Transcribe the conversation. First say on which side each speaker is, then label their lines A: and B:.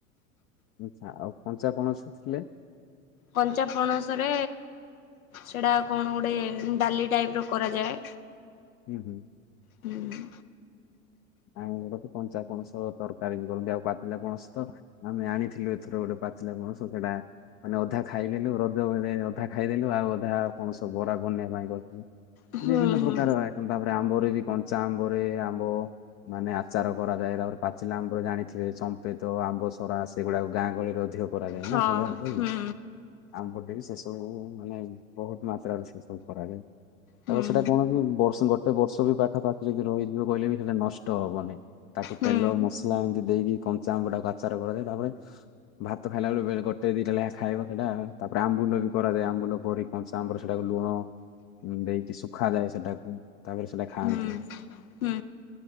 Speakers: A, on the left (about 35°); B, on the left (about 90°).
A: ଆଛା ଆଉ କଞ୍ଚା କଣସୁଥିଲେ।
B: କଞ୍ଚା ପଣସ ରେ ସେଟା କଣ ଗୋଟେ ଡାଲି ଟାଇପ ର କରାଯାଏ।
A: ହୁଁ ହୁଁ।
B: ହୁଁ।
A: ଆଣି କଞ୍ଚା ପଣସ ତରକାରୀ କରନ୍ତି ଆଉ ପାତିଲା ପଣସ ତ ଆମେ ଆଣିଥିଲୁ ଏଥର ଗୋଟେ ପାଚିଲା ପଣସ ସେଟା ମାନେ ଅଧା ଖାଇଦେଲୁ ରଜ ଅଧା ଖାଇଦେଲୁ ଆଉ ଅଧାକୌଣ ବରା ବନେଇ ପାଇଁ କହିଥିଲୁ।
B: ହୁଁ ହୁଁ
A: ବିଭିନ୍ନ
B: ହୁଁ
A: ପ୍ରକାର ଆଇଟମ ତାପରେ ଆମ୍ବରେ ବି କଞ୍ଚା ଆମ୍ବରେ ଆମ୍ବ ମାନେ ଆଚାର କରାଯାଏ ତାପରେ ପାଚିଲା ଆମ୍ବର ଜାଣିଥେ ଚପେତ ଆମ୍ବସରା ସେଗୁଡାକ ଗାଁ ଗହଳିରେ ଅଧିକ। କରା ଯାଏ
B: ହଁ
A: ନା। <unintelligible>
B: ହୁଁ
A: ଆମ ବୋଟେ ବି ସେ ସବୁ ମାନେ ବହୁତ ମାତ୍ରାରେ ସେ ସବୁ କରାଯାଏ।
B: ହୁଁ
A: ତାପରେ ସେଟା କଣ କି ବର୍ଷ ଗୋଟେ ବର୍ଷ ବି ପାଖା ପାଖି ଯଦି ରହିଯିବ କହିଲେ ବି ସେଇଟା ନଷ୍ଟ। ହବନି ତାକୁ
B: ହୁଁ
A: ତେଲ ମସଲା ଏମିତି ଦେଇକି କଞ୍ଚାମ ଆମ୍ବକୁ ଆଚାର କରାଯାଏ ତାପରେ ଭାତ ଖାଇଲା ବେ ବଳେ ଗୋଟେ ଦିଟା ଖାଇବ ସେଇଟା ତାପରେ ଆବୁ ବି କରାଏ ଆମ୍ବୁ କ କ ଆମ୍ବର ସେଟା ଲୁଣ ଦେଇକି ଶୁଖାଯାଏ ସେଟାକୁ ତାପରେ ସେଟା ଖାଆନ୍ତି।
B: ହୁଁ ହୁଁ।